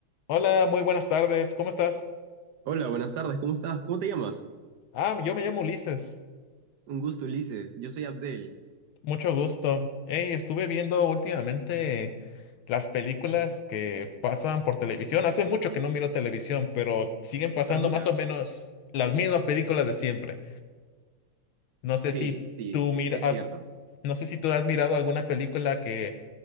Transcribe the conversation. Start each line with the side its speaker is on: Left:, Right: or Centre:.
Left: Hola, muy buenas tardes. ¿Cómo estás?
Right: Hola, buenas tardes, ¿cómo estás? ¿Cómo te llamas?
Left: Ah, yo me llamo Ulises.
Right: Un gusto, Ulises. Yo soy Abdel.
Left: Mucho gusto. Hey, estuve viendo últimamente las películas que pasan por televisión. Hace mucho que no miro televisión, pero siguen pasando
Right: Ah, mira.
Left: más o menos las mismas películas de siempre. No sé
Right: Sí,
Left: si
Right: sí,
Left: tú miras,
Right: es cierto.
Left: no sé si tú has mirado alguna película que,